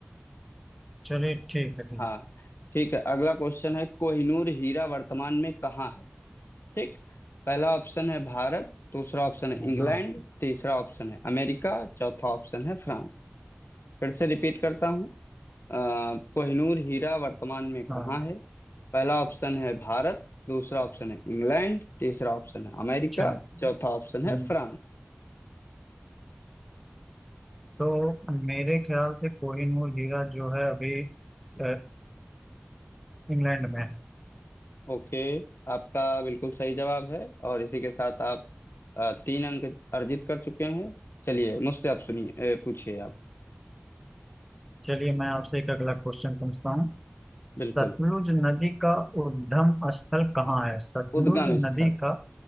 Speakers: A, in the centre; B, on the left (about 75°).
A: चलिए ठीक है ठीक
B: हाँ ठीक है अगला क्वेश्चन है कोहिनूर हीरा वर्तमान में कहाँ है ठीक पहला ऑप्शन है भारत दूसरा ऑप्शन है इंग्लैंड
A: है हाँ हाँ
B: तीसरा ऑप्शन है अमेरिका चौथा ऑप्शन है फ्रांस फिर से रिपीट करता हूँ अ, कोहिनूर हीरा वर्तमान में कहाँ
A: हाँ,
B: है पहला ऑप्शन है भारत दूसरा ऑप्शन है इंग्लैंड तीसरा ऑप्शन है अमेरिका
A: अच्छा
B: चौथा ऑप्शन
A: हम्म,
B: है फ्रांस
A: तो मेरे ख्याल से कोहिनूर हीरा जो है अभी अ, इंग्लैंड में है
B: ओके आपका बिल्कुल सही जवाब है और इसी के साथ आप अ, तीन अंक अर्जित कर चुके हैं चलिए मुझसे आप सुनिए अ, पूछिए आप
A: चलिए मैं आपसे एक अगला क्वेश्चन पूछता हूँ सतलुज
B: बिल्कुल
A: नदी का उद्गम स्थल कहाँ है सतलुज
B: उद्गम
A: नदी
B: स्थल
A: का